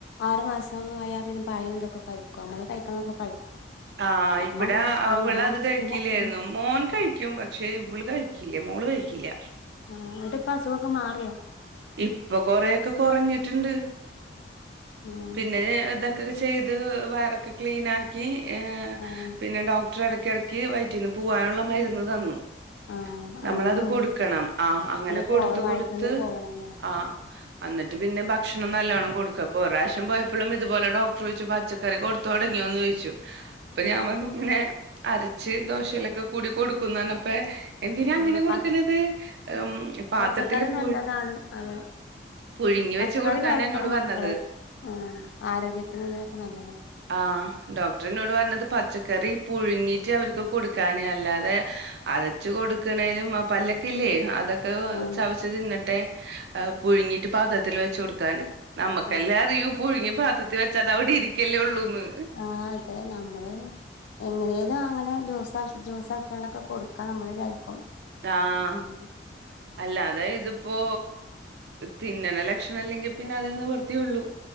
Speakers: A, on the left; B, on the right.
A: ആറു മാസം അയാൽ പിന്നെ പയം ഇതൊക്കെ കഴിക്കും നമ്മള് കഴിക്കണതൊക്കെ കഴിക്കും
B: ആഹ്
A: ഞമ്മളങ്ങനെ
B: ഇവിടെ
A: ശ ആഹ്
B: അവളത്
A: ഞമ്മളങ്ങനെ
B: കഴിക്കില്ലായിരുന്നു
A: ശീലാക്കിരുന്നു
B: മോൻ കഴി കും പക്ഷേ ഇവള് കഴിക്കില്ല മോള് കഴിക്കില്ല
A: ആഹ് എന്ന്ട്ട്പ്പ അസുഖമൊക്കെ മാറിയാ
B: ഇപ്പൊ കൊറെയൊക്കെ കുറഞ്ഞിട്ടുണ്ട്
A: ആഹ്
B: പിന്നെ
A: ഓക്കെ
B: ഇതൊക്കെ ചെയ്ത് വയറൊക്കെ ക്ലീനാക്കി ഏഹ്
A: ആഹ്
B: പിന്നെ ഡോ ക്ടർ ഇടയ്ക്കിടയ്ക്ക് വയറ്റീന്ന് പോവാനുള്ള മരുന്ന് തന്നു
A: ആഹ്
B: നമ്മളത്
A: അങ്ങനെ ലോ
B: കൊടുക്കണം ആഹ് അങ്ങനെ കൊടുത്ത്
A: പോവണം വയറ്റിന്ന്
B: കൊടുത്ത്
A: പോവണല്ലേ
B: ആഹ് എന്നിട്ട് പിന്നെ ഭക്ഷണം നല്ലോണ്ണം കൊടുക്കുക അപ്പ ഒരു പ്രാവശ്യം പോയപ്പോഴും ഇതുപോലെ ഡോക്ടർ ചോയ്ച്ച് പച്ച ക്കറി കൊടുത്തു തുടങ്ങിയോന്ന് ചോദിച്ചു അപ്പൊ
A: ആഹ്
B: ഞാൻ പറഞ്ഞു ഇങ്ങനെ അരച്ച് ദോശയിലൊക്കെ കൂടി കൊടുക്കുന്നു പറഞ്ഞപ്പെ എന്തിനാ അങ്ങനെ
A: ആഹ്
B: കൊടുക്കണത്
A: പച്ച
B: ഉം പാത്രത്തിൽ
A: പച്ചക്കറി
B: പു
A: നല്ലതാണ് അത്
B: പുഴുങ്ങി
A: പച്ചക്കറി
B: വെച്ച് കൊടുക്കാനാ
A: കഴിക്കണം
B: എന്നോട് പറഞ്ഞത്
A: മക്കള് ആഹ് ആരോഗ്യത്തിന് അങ്ങനെയാക്കെ നല്ലതാ
B: ആഹ് ഡോക്ടറിനോട് പറഞ്ഞത് പച്ചക്കറി പുഴുങ്ങിട്ട് അവർക്ക് കൊടുക്കാന് അല്ലാതെ അരച്ച് കൊടുക്കണേലും പല്ലൊക്കെ ഇല്ലേ അത് ക്കെ
A: ആഹ്
B: ചവച്ച് തിന്നട്ടെ ഏഹ് പുഴുങ്ങിട്ട്
A: ആഹ്
B: പാത്രത്തിൽ വെച്ച് കൊടുക്കാന് നമ്മുക്കല്ലെ
A: ആഹ്
B: അറിയൂ പുഴുങ്ങി പാത്രത്തി വെച്ചാത് അവിടെ ഇരിക്കല്ലേ ഉള്ളൂന്ന്
A: ആഹ് അതെ നമ്മള് എങ്ങനേലും അങ്ങനെ ജ്യൂസ് ആക്കി ജ്യൂസ് ആക്കാണ്ടൊക്കെ കൊടുക്കാ നമ്മൾ വിചാരിക്കും
B: ആഹ്
A: ഉം
B: അല്ലാതെ ഇതിപ്പോ തിന്നണ ലക്ഷണം ഇല്ലെങ്കിൽ പിന്നെ അതേ നിവൃത്തിയുള്ളൂ